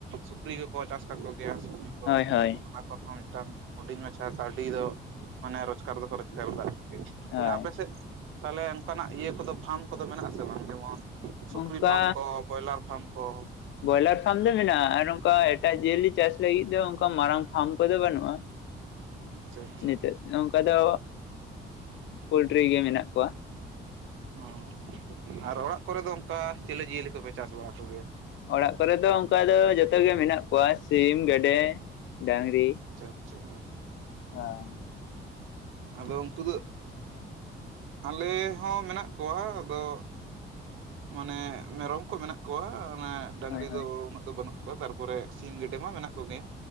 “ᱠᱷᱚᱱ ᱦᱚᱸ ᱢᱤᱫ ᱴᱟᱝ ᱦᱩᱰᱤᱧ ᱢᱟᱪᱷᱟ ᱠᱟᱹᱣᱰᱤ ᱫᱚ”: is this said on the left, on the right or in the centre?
Right